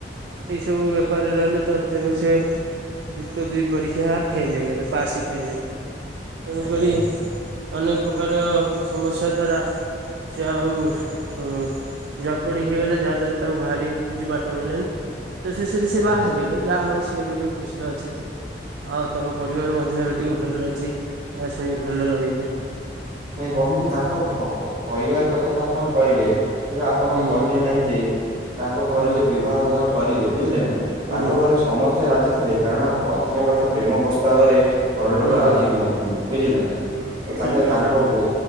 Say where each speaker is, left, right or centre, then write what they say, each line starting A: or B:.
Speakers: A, on the right (about 75°); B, on the right (about 35°).
A: ଏଇ ସବୁ ବେପାରରେ ରହିଲେ ତ ତେଣୁ ସେ ଯୁକ୍ତ ଦୁଇ ପରୀକ୍ଷା ଫେଲ୍ ହେଇଗଲେ ପାସ୍ ହେଇ ପାଇଲେନି ତେଣୁ
B: ଆଜ୍ଞା
A: କରି
B: ଆଜ୍ଞା
A: ଅନେକ ପ୍ରକାର ସମସ୍ୟା ଦ୍ଵାରା ସେ ଆଉ ହୁଁ ଜକଡ଼ି ହେଇଗଲେ ଯାହା ଦ୍ଵାରା ତାକୁ ବାହାରିବାକୁ କିଛି ବାଟ ମିଳିଲାନି। ତ ଶେଷରେ ସେ
B: ଆଜ୍ଞା।
A: ବାହା ହେଇଗଲେ ଯାହା ହଉ ସେ ଏବେ ବି ଖୁସିରେ ଅଛନ୍ତି ଆଉ ତାଙ୍କ ପରିବାର ମଧ୍ୟ ଏବେ ଟିକେ ଭଲରେ ଅଛି। ଏରା ଶୁଣିିକି ଭଲ ଲାଗୁଚି।
B: ନାଇଁ ବନ୍ଧୁ ତାଙ୍କ ପରିବାର କଥା ତ ଆପଣ କହିଲେ ହେଲେ ଆପଣ
A: ହୁଁ
B: କହିଲେ ନାଇଁ ଯେ। ତାଙ୍କ ଘରେ
A: ହୁଁ
B: ଯୋଉ ବିବାହ ଘର କରିଲେ ବୁଝିଲେ ନା
A: ହୁଁ
B: ତାଙ୍କ ଘରେ ସମସ୍ତେ ରାଜି ଥିଲେ। କାରଣ ପ୍ରଥମ କଥା ପ୍ରେମ ପସ୍ତାବରେ ଘର
A: ହୁଁ
B: ଲୋକ ରାଜି
A: ହୁଁ
B: ହୁଅନ୍ତିନି ବୁଝିଲେ ନା
A: ହୁଁ
B: ତ ତାଙ୍କେ
A: ଠିକ କଥା
B: ତାଙ୍କ
A: କହିଲେ
B: ବୋ